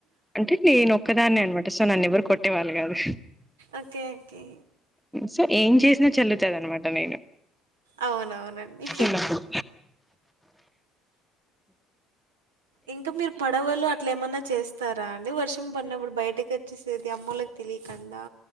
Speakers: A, in the centre; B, on the right.
A: అంటే నేను ఒక్కదాన్నే అనమాట సో నన్ను ఎవరు కొట్టే వాళ్ళు కాదు
B: ఓకే. ఓకే.
A: సో ఏం చేసినా చెల్లుతాది అనమాట నేను
B: అవునవునండి.
A: చిన్నప్పుడు
B: ఇంకా మీరు పడవలు అట్ల ఏమన్నా చేస్త వస్తారా అండి వర్షం పడినప్పుడు బయటకు వచ్చేసేది అమ్మోళ్ళకి తెలియకుండా